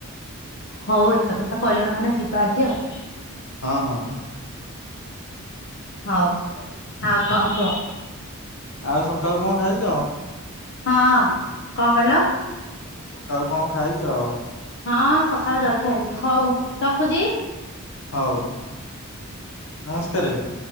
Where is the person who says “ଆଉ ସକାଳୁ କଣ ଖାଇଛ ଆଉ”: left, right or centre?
Left